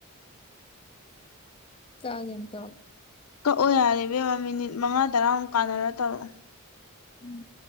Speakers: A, on the left; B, on the left.
A: ꯆꯦꯦꯟ ꯇ
B: ꯀꯛꯑꯣ ꯌꯥꯔꯦꯕꯦꯝꯕ ꯃꯤꯅꯤꯠ ꯃꯉꯥ ꯇꯔꯥꯃꯨꯛ ꯀꯥꯟꯅꯔ ꯇꯧꯔꯛꯑꯣ
A: ꯎꯝ